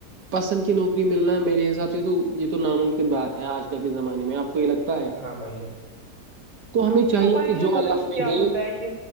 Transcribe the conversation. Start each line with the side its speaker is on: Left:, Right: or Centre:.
Right: پسند کی نوکری ملنا میرے حساب سے تو یہ تو ناممکن بات ہے آج کل کے زمانے میں آپ کو یہ لگتا ہے
Left: ہاں بھائی جائے
Right: ہمیں چاہیے
Left: تو بائی چان
Right: جو
Left: مطلب
Right: اللہ
Left: کہ
Right: ہمیں
Left: کیا
Right: دے
Left: ہوتا ہے کہ